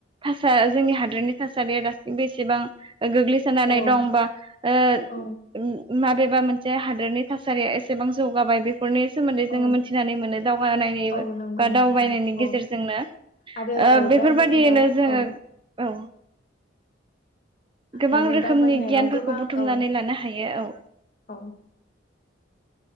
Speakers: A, on the right (about 30°); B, on the left (about 45°).
A: थास जोंनि हादोरनि थासारिया दासिमबो एसेबां गोग्लैसोनानै
B: औ
A: दंबा ओ
B: औ
A: माबेबा मोनसे हादोरनि थासारिया एसेबां जौगाबाय बे फोरनि सोमोन्दै
B: औ
A: जोङो मिथिनानै मोनो दावगानायनि
B: औ नंगौ
A: बा दावबायनायनि
B: नंगौ औ
A: गेजेरजोंनो
B: आरो
A: ओ‌
B: औ
A: बेफोरबादियैनो
B: दावबायनायाव
A: जोङो
B: औ
A: औ गोबां
B: माने
A: रोखोमनि
B: दावबायनायाव
A: गियानफोरखौ
B: गोबां
A: बुथुमनानै
B: औ
A: लानो हायो औ
B: औ